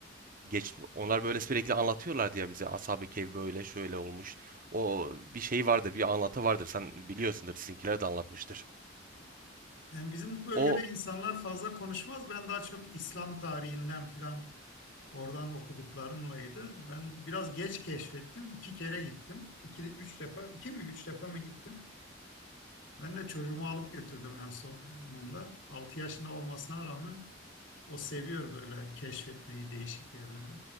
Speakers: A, on the right; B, on the left.
A: geç onlar böyle sürekli anlatıyorlardı ya bize Ashab-ı Kehf böyle şöyle olmuş. O bir şey vardır, bir anlatı vardır. Sen biliyorsundur, sizinkiler de anlatmıştır.
B: Yani bizim bu bölgede
A: O
B: insanlar fazla konuşmaz. Ben daha çok İslam tarihinden filan oradan okuduklarımlaydı. Ben biraz geç keşfettim. İki kere gittim. İki, üç defa, iki mi üç defa mı gittim? Ben de çocuğumu alıp götürdüm en sonunda. Altı yaşında olmasına rağmen o seviyor böyle keşfetmeyi, değişik yerleri.